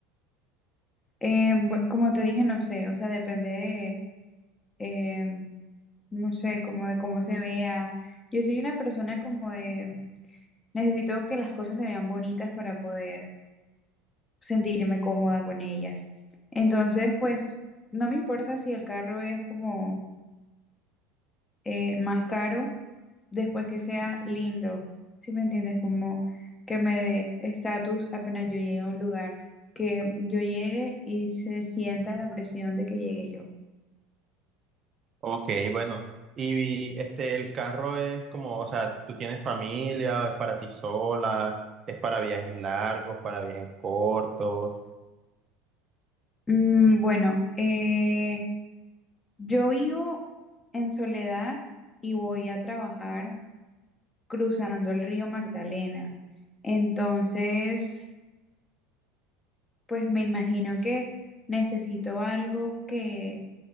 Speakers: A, on the left; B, on the right.
A: Eh, bu- como te dije, no sé, o sea, depende de, eh, no sé, como de cómo se vea. Yo soy una persona como de, necesito que las cosas se vean bonitas para poder sentirme cómoda con ellas. Entonces, pues, no me importa si el carro es como eh, más caro después que sea lindo. ¿Sí me entiendes? Como que me dé estatus apenas yo llegue a un lugar, que yo llegue y se sienta la presión de que llegue yo.
B: Ok, bueno. Y este, el carro es como, o sea, ¿tú tienes familia o es para ti sola? ¿Es para viajes largos, para viajes cortos?
A: Mm, bueno, eh, yo vivo en Soledad y voy a trabajar cruzando el río Magdalena. Entonces, pues me imagino que necesito algo que